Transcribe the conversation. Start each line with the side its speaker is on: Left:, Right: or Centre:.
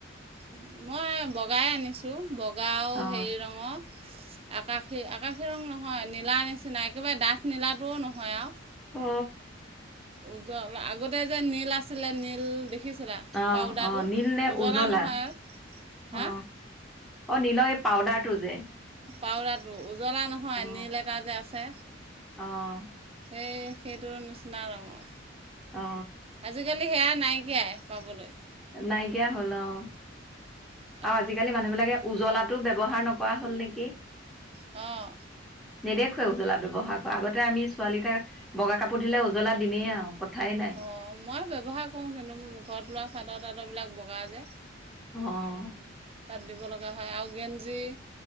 Right: উম মই বগাই আনিছোঁ, বগা আৰু
Centre: অ
Right: হেৰি ৰঙৰ চি আকাশী আকাশ শিৰং নহয়, নীলা নিচিনা একেবাৰে ডাঠ নীলাটোও নহয় আৰু।
Centre: অ।
Right: এই যলা আগতে যে নীল আছিলে নীল দেখিছিলা?
Centre: অ
Right: পাউদাৰটো
Centre: অ, নীল নে
Right: উজ্বলা
Centre: উজলা
Right: নহয় হা
Centre: অ? অঁ নীল এই পাউদাৰটো যে?
Right: পাউদাৰটো, উজ্বলা নহয়
Centre: অ
Right: নীল এটা যে আছে?
Centre: অ
Right: সেই সেইটো নিচিনা ৰঙৰ,
Centre: অ
Right: আজিকালি সেয়া নাইকিয়াই। পাবলৈ।
Centre: নাইকিয়া হ'ল অ।
Right: উম।
Centre: আৰু আজিকালি মানুহবিলাকে উজ্বলাতো ব্যৱহাৰ নকৰা হল নেকি?
Right: অঁ।
Centre: নেদেখুৱাই উজ্বলা ব্যৱহাৰ কৰা আগতে আমি ছোৱালীটাক বগা কাপোৰ ধুলে উজলা দিমেই আৰু কথাই নাই।
Right: অ, মই ব্যৱহাৰ কৰোঁ কিন্তু মোৰ ঘৰত লোৱা চাদৰ-তাদৰবিলাক বগা যে।
Centre: অ
Right: তাত দিব লগা হয় আৰু গেঞ্জী,